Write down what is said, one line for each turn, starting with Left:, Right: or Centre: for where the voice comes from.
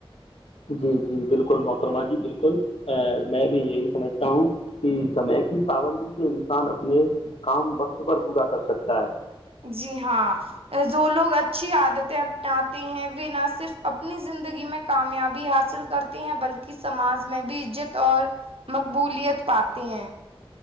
Left: جی جی بالکل محترما جی بالکل ا میں بھی یہی سمجھتا ہوں کہ سمے کی پابندی سے انسان اپنے کام وقت پر پورا کر سکتا ہے
Right: جی ہاں جو لوگ اچھی عادتیں اپناتے ہیں وہ نہ صرف اپنی زندگی میں کامیابی حاصل کرتے ہیں بلکہ سماج میں بھی عزت اور مقبولیت پاتے ہیں